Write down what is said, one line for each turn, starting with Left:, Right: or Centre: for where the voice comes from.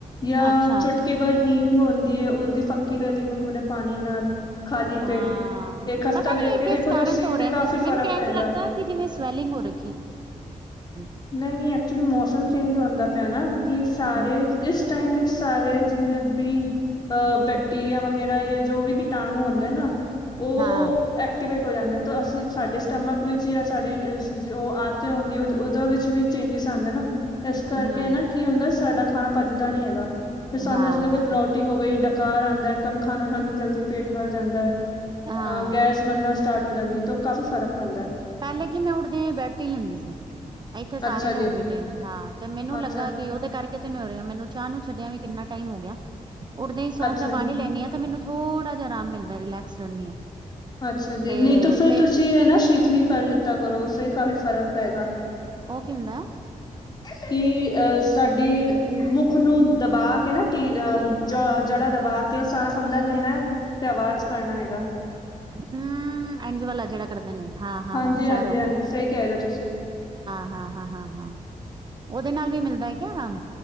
Left: ਜਾਂ
Right: ਅੱਛਾ
Left: ਚੁਟਕੀ ਬਾਰ ਹਿੰਗ ਹੁੰਦੀ ਹੈ। ਉਸਦੀ ਫੱਕੀ ਲੈ ਲਈ ਗੁਨਗੁਨੇ ਹੈ ਪਾਣੀ ਨਾਲ ਖਾਲੀ
Right: ਹਾਂ
Left: ਪੇਟ ਇੱਕ ਹਫ਼ਤਾ
Right: ਪਤਾ
Left: ਲੈ
Right: ਨੀ ਇਹ
Left: ਕੇ
Right: ਕਿਸ
Left: ਦੇਖੋ
Right: ਕਾਰਨ
Left: ਤੁਸੀਂ
Right: ਤੋਂ ਹੋ
Left: ਤੇ
Right: ਰਿਹਾ ਮੈ
Left: ਕਾਫ਼ੀ
Right: ਨੂੰ
Left: ਫ਼ਰਕ
Right: ਤੇ ਐਂਜ
Left: ਪਏਗਾ।
Right: ਚ ਲੱਗਦਾ ਕਿ ਜਿਵੇਂ ਸਵੈਲਿੰਗ ਹੋ ਰ <unintelligible>
Left: ਨਹੀਂ, ਨਹੀਂ ਐਕਚੁਲੀ ਮੌਸਮ ਚੇਂਜ ਹੁੰਦਾ ਪਿਆ ਨਾ ਕਿ ਸਾਰੇ
Right: ਮੈਨੂੰ
Left: ਇਸ ਟਾਈਮ ਵਿੱਚ ਸਾਰੇ ਜਿੰਨੇ ਵੀ ਅਹ ਬੈਕਟੀਰੀਆ ਵਗੈਰਾ ਜਾਂ ਜੋ ਵੀ ਕੀਟਾਣੂ ਹੁੰਦੇ ਨਾ ਉਹ
Right: ਹਾਂ
Left: ਐਕਟੀਵੇਟ ਹੋ ਜਾਂਦੇ ਨੇ ਤਾਂ ਅਸੀਂ ਸਾਡੇ ਸਟਮਕ ਵਿੱਚ ਜਾਂ ਸਾਡੇ ਜੋ ਆਤੇ ਹੁੰਦੀ ਉੋਂ ਵਿੱਚ ਵੀ ਚੇਂਜਿਸ ਆਉਂਦੇ ਨਾ ਇਸ ਕਰਕੇ
Right: ਹੂੰ
Left: ਨਾ ਕੀ ਹੁੰਦਾ ਸਾਡਾ ਖਾਣਾ ਭੱਜਦਾ ਨੀ ਹੈਗਾ ਫ ਸਾਨੂੰ
Right: ਹਾਂ
Left: ਲ ਬਲੋ ਟਿੰਗ ਹੋ ਗਈ ਡਕਾਰ ਆਉਦਾ ਕੰਮ ਖਾਣਾ ਖਾਂਨੀ ਜਲਦੀ ਪੇਟ ਭਰ ਜਾਂਦਾ
Right: ਹਾਂ
Left: ਅਹ ਗੈਸ ਬਣਨਾ ਸਟਾਰਟ ਹੋ ਜਾਂਦੀ ਤੇ ਉਹ ਕਾਫ਼ੀ ਫ਼ਰਕ ਪੈਂਦਾ ਹੈ
Right: ਪੈਲੇ ਕਿ ਮੈਂ ਉੱਠਦੀਆਂ ਬੈਡ ਟੀ ਲੈਂਦੀ ਸੀ ਇੱਥੇ ਸਾਰੇਆਨੂੰ
Left: ਅੱਛਾ ਜੀ,
Right: ਹੈ ਬੀਟੇ ਹਾਂ ਤੇ ਮੈਨੂੰ
Left: ਅੱਛਾ,
Right: ਲੱਗਾ ਕਿ ਉਹਦੇ ਕਰਕੇ ਕਿਤੇ ਨ ਹੋ ਰਿਹਾ ਮੈਨੂੰ ਚਾਹ ਨੂੰ ਛੱਡਿਆ ਵੀ ਕਿੰਨਾ ਟਾਈਮ ਹੋ ਗਿਆ ਉਠਦੇ ਹੀ ਸੋਫ
Left: ਅੱਛਾ।
Right: ਦਾ ਪਾਣੀ ਲੈਣੀ ਆ ਤੇ ਮੈਨੂੰ ਥੋੜਾ ਜਿਹਾ ਆਰਾਮ ਮਿਲਦਾ ਰਿਲੈਕਸ ਰ ਆ
Left: ਅੱਛਾ ਜੀ
Right: ਤੇ
Left: ਨਹੀਂ ਤਾਂ ਫੇਿਰ
Right: ਫੇਰ
Left: ਤੁਸੀਂ ਹੈ ਨਾ ਸ਼ੀਤਲੀ ਕਰ ਲਿੱਤਾ ਕਰੋ ਉਸ ਤੋਂ ਹੀ ਕਾਫ਼ੀ ਫਰਕ ਪੈਗਾ
Right: ਉਹ ਕੀ ਹੁੰਦਾ
Left: <unintelligible> ਕਿ ਅਹ ਸਾਡੇ ਮੁੱਖ ਨੂੰ ਦਬਾਕੇ ਹੈ ਨਾ ਟੀ ਅ ਜੜਾ ਦਬਾਅ ਕਿ ਉਹ ਸਾਸ ਅੰਦਰ ਲੈਣਾ ਤੇ ਆਵਾਜ਼ ਕਰਨਾ ਹੈਗਾ
Right: ਹਮ ਇਝ ਵਾਲਾ ਜਿਹੜਾ ਕਰਦੇ ਨੇ ਹਾਂ, ਹਾਂ,
Left: ਹਾਂਜੀ
Right: ਹਾਂ
Left: ਹਾਂਜੀ
Right: ਸਾਰਾ
Left: ਹਾਂਜੀ
Right: ਹਾਂ,
Left: ਸਹੀ ਕਹਿ ਰਹੇ ਹੋ ਤੁਸੀਂ
Right: ਹਾਂ, ਹਾਂ, ਹਾਂ, ਹਾਂ ਉਹਦੇ ਨਾਲ ਵੀ ਮਿਲਦਾ ਹੈ ਕਿਆ ਆਰਾਮ